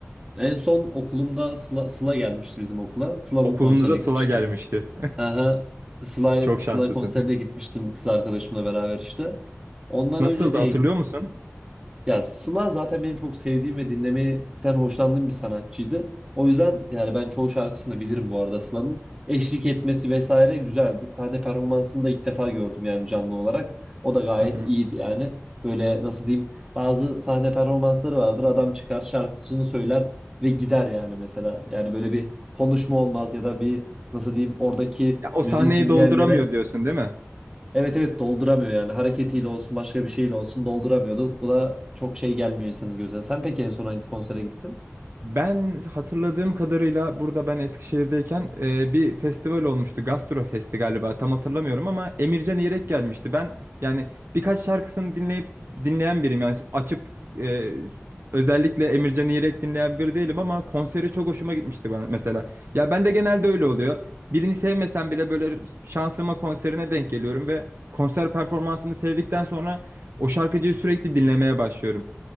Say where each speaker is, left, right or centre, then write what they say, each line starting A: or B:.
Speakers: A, on the right; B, on the right.
A: En son okulumda Sıla, Sıla gelmişti bizim okula. Sıla'nın
B: Okulunuza
A: konserine gitmiştim.
B: Sıla gelmişti.
A: Aha, Sıla,
B: Çok
A: Sıla
B: şanslısın.
A: konserine gitmiştim kız arkadaşımla beraber işte.
B: <laughs>
A: Ondan
B: Nasıldı
A: önce neye
B: hatırlıyor musun?
A: ya Sıla zaten benim çok sevdiğim ve dinlemekten hoşlandığım bir sanatçıydı. O yüzden yani ben çoğu şarkısını da bilirim bu arada Sıla'nın. Eşlik etmesi vesaire güzeldi. Sahne performansını da ilk defa gördüm yani canlı olarak. O da gayet
B: Hı hı.
A: iyiydi yani. Böyle nasıl diyeyim bazı sahne performansları vardır. Adam çıkar şarkısını söyler ve gider yani mesela. Yani böyle bir konuşma olmaz ya da bir nasıl diyeyim oradaki
B: Ya o
A: müziği
B: sahneyi
A: dinleyenlere
B: dolduramıyor diyorsun değil mi?
A: Evet evet dolduramıyor yani hareketiyle olsun başka bir şeyle olsun dolduramıyordu. Bu da çok şey gelmiyor insanın gözüne. Sen peki en son hangi konsere gittin?
B: Ben hatırladığım kadarıyla burada ben Eskişehir'deyken e, bir festival olmuştu. Gastro Festi galiba tam hatırlamıyorum ama Emircan İrek gelmişti. Ben yani birkaç şarkısını dinleyip dinleyen biriyim. Yani açıp e, özellikle Emircan İrek dinleyen biri değilim ama konseri çok hoşuma gitmişti bana mesela. Ya ben de genelde öyle oluyor. Birini sevmesem bile böyle şansıma konserine denk geliyorum ve konser performansını sevdikten sonra o şarkıcıyı sürekli dinlemeye başlıyorum.